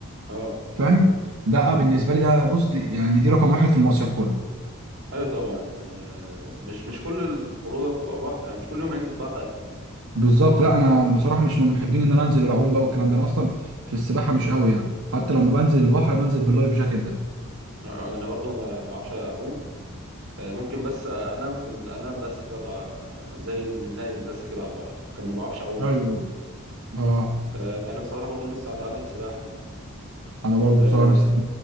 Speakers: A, on the right; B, on the right.
A: اه
B: فاهم ده آه بالنسبه لي ده بص دي يعني دي رقم واحد في المصيف كله
A: ايوه طبعا آه، مش مش كل الخروجه بتبقى بحر يعني مش كل يوم هننزل بحر اكيد
B: بالظبط لا انا بصراحه مش من محبين ان انا انزل واعوم بقى والكلام ده انا اصلا في السباحه مش قوي يعني حتى لما بنزل البحر بنزل باللايف جاكيت ده
A: آه، آه، انا برضو ما ب- ما بعرفش اعوم آه، ممكن بس آه، انام في ال- انام بس كده بع- زي النايم بس كده على البحر لكن ما بعرفش اعوم
B: ايوه اه
A: آه، فانا بصراحه برضو لسه اتعلم سباحه يعني
B: انا برضه
A: آه،
B: بصراحه نست...